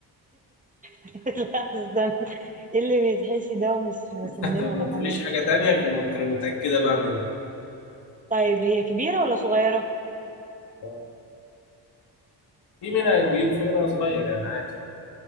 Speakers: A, on the right (about 20°); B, on the left (about 85°).
A: <laughs> لا استنى إيه اللي بيتحشي ده ومش
B: <laughs>
A: بسمان
B: طب
A: ولا
B: ما تقوليش
A: حمام
B: حاجه تانية غير ما تكوني متاكده بقى منها
A: طيب هي كبيرة ولا صغيرة
B: آه، في منها كبير وفي منها صغير يعني عادي